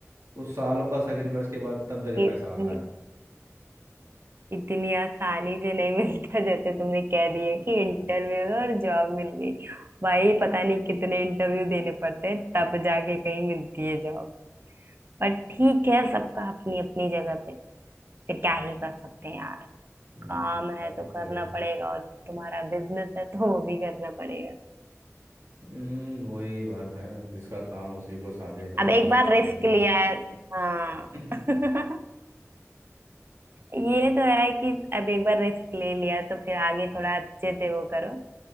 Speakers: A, on the right (about 70°); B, on the right (about 45°).
A: तो सालों का सेक्रीफाइस के बाद तब जाके
B: इतनी
A: पैसा आता है
B: इतनी आसानी से नहीं मिलता जैसे तुमने कह दिया कि इंटरव्यू और जॉब मिल गई भाई पता नहीं कितने इंटरव्यू देने पड़ते हैं तब जाके कहीं मिलती है जॉब पर ठीक है सबका अपनी अपनी जगह पे फिर क्या ही कर सकते हैं यार
A: हम्म,
B: काम
A: बात
B: है
A: तो
B: तो
A: सही
B: करना
A: है।
B: पड़ेगा और तुम्हारा बिजनेस है तो वो भी करना पड़ेगा
A: हम्म वही बात है जिसका काम उसी को साजे डोली
B: अब एक
A: सारा
B: बार
A: डोल
B: रिस्क लिया है हाँ
A: बजे
B: <laughs> ये तो है कि अब एक बार रिस्क ले लिया तो फिर आगे थोड़ा अच्छे से वो करो